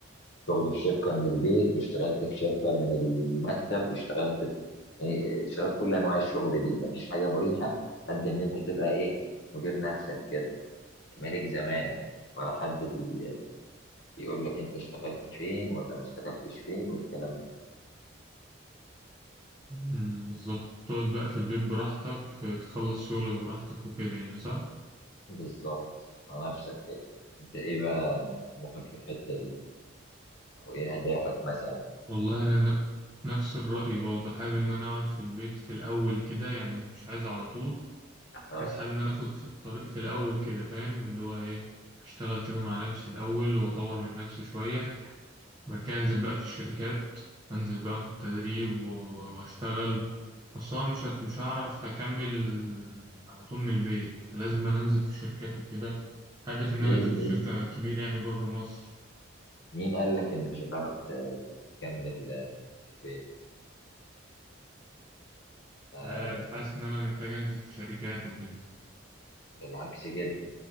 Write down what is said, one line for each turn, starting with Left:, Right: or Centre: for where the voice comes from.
Left: شغل في شركة من البيت واشتغلت في شركة من المكتب واشتغلت في يعني اشتغلت كل أنواع الشغل دي مفيش حاجة مريحة قد إن أنت تبقى إيه مدير نفسك كده ملك زمانك ولا حد بي بيقول لك أنت اشتغلت فين ولا ما اشتغلتش فين والكلام ده
Right: مم، بالظبط تقعد بقى في البيت براحتك آه، تخلص شغلك براحتك وكده يعني صح
Left: بالظبط على نفسك كده انت ايه بقى طموحك في الحتة دي او ايه اهدافك مثلا
Right: والله انا ن- نفس الرأي برضه حابب ان انا اقعد في البيت في الاول كده يعني مش عايز على طول
Left: اه
Right: بس حابب ان انا اخد في الطريق في الاول كده فاهم اللي هو ايه اشتغل كده مع نفسي الاول واطور من نفسي شوية بعد كده انزل بقى في الشركات انزل بقى في التدريب و- واشتغل بس هو مش هت- مش هعرف اكمل على طول من البيت فلازم انا انزل في الشركات وكده هدفي ان
Left: ليه
Right: انا انزل
Left: مين
Right: في شركة كبيرة يعني بره مصر
Left: مين قال لك ان مش هتعرف ت- ت- تكمل آه، في البيت آه
Right: مش عارف حاسس ان انا محتاج انزل في شركات وكده
Left: بالعكس جدا